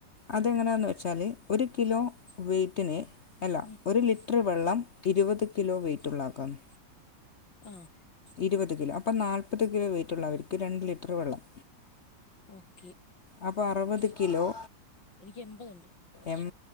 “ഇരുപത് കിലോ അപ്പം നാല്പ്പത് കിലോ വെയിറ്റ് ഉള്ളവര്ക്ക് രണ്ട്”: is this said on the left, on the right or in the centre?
Left